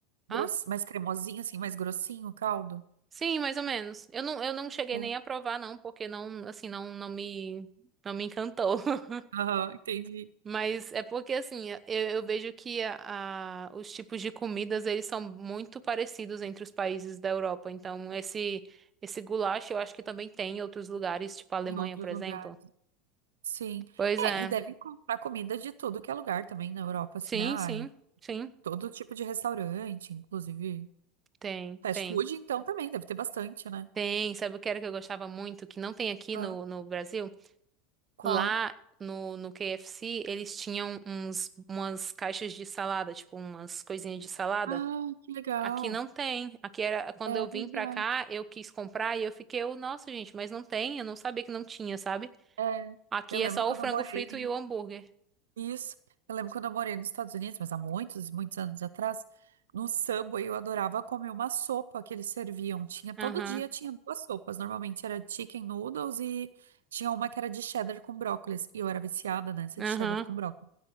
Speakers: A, on the right; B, on the right.
A: grosso,
B: hã?
A: mais cremosinho, assim, mais grossinho o caldo?
B: Sim, mais ou menos. Eu não, eu não cheguei
A: É.
B: nem a provar não, porque não, assim, não, não me, não me encantou. <laughs>
A: Aham, entendi.
B: Mas é porque assim, eu, eu vejo que a, a- os tipos de comidas eles são muito parecidos entre os países da Europa. Então esse esse goulash eu acho que também tem em outros lugares, tipo a Alemanha,
A: Em outros
B: por exemplo.
A: lugares. Sim.
B: Pois
A: É,
B: é.
A: e deve comprar comida de tudo que é lugar também na Europa, assim,
B: Sim,
A: né? Ai,
B: sim, sim.
A: todo tipo de restaurante, inclusive
B: Tem,
A: fast
B: tem.
A: food, então também deve ter bastante, né?
B: Tem. Sabe o que era que eu gostava muito que não tem aqui
A: Ah,
B: no, no Brasil?
A: qual?
B: Lá no, no KFC eles tinham uns umas caixas de salada, tipo umas coisinhas de salada.
A: Ah, que legal.
B: Aqui não tem. Aqui era quando
A: É
B: eu
A: verdade.
B: vim pra cá, eu quis comprar e eu fiquei, eu, nossa, gente, mas não tem. Eu não sabia que não tinha, sabe?
A: É.
B: Aqui
A: Eu
B: é
A: lembro
B: só
A: quando
B: o frango
A: eu morei.
B: frito e o hambúrguer.
A: Isso. Eu lembro quando eu morei nos Estados Unidos, mas há muitos, muitos anos atrás, no Subway eu adorava comer uma sopa que eles serviam. Tinha todo
B: Aham,
A: dia tinha duas sopas. Normalmente era chicken noodles e tinha uma que era de cheddar com brócolis. E eu era viciada nessa
B: aham.
A: de cheddar com brócolis.